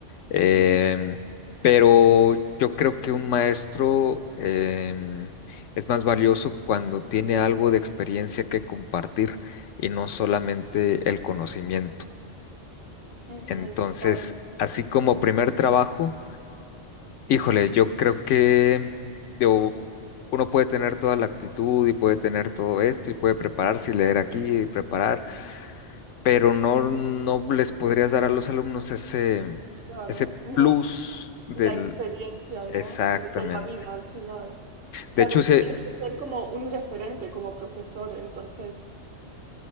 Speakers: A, on the left; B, on the right.
A: Em,
B: Ujú,
A: pero yo creo que un maestro em, es más valioso cuando tiene algo de experiencia que compartir y no solamente el conocimiento.
B: ujú,
A: Entonces,
B: claro,
A: así como primer trabajo, híjole, yo creo que digo, uno puede tener toda la actitud y puede tener todo esto y puede prepararse y leer aquí y preparar. pero no, no les podrías dar a los alumnos ese,
B: claro.
A: ese
B: No,
A: plus del...
B: la experiencia,
A: Exactamente.
B: ¿no? De, de la vida al final. Claro,
A: De hecho,
B: y
A: sí,
B: tú tienes que ser como un referente como profesor, entonces